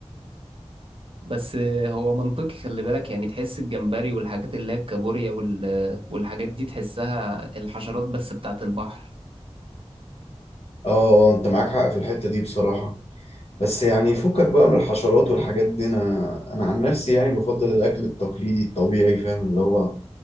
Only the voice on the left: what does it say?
اه آه، انت معاك حق في الحتة دي بصراحة بس يعني فكك بقى من الحشرات والحاجات دي انا انا عن نفسي يعني بفضل الاكل التقليدي الطبيعي فاهم اللي هو